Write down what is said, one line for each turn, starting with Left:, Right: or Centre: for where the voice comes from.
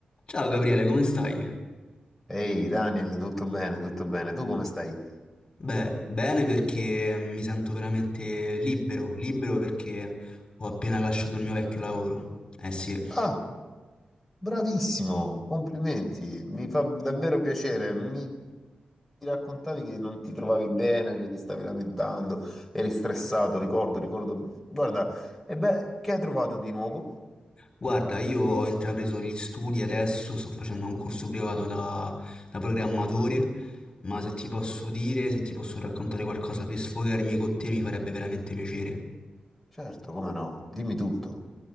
Left: Ciao Gabriele, come stai?
Centre: Ehi Daniel, tutto bene, tutto bene. Tu come stai?
Left: Beh, bene perché mi sento veramente libero, libero perché ho appena lasciato il mio vecchio lavoro. Eh sì,
Centre: Ah, bravissimo, complimenti. Mi fa davvero piacere. Mi raccontavi che non ti trovavi bene, che ti stavi lamentando, eri stressato, ricordo, ricordo. Guarda, e beh, che hai trovato di nuovo?
Left: guarda, io ho intrapreso gli studi adesso, sto facendo un corso privato da, da programmatore, ma se ti posso dire, se ti posso raccontare qualcosa per sfogarmi con te, mi farebbe veramente piacere.
Centre: Certo, come no? Dimmi tutto.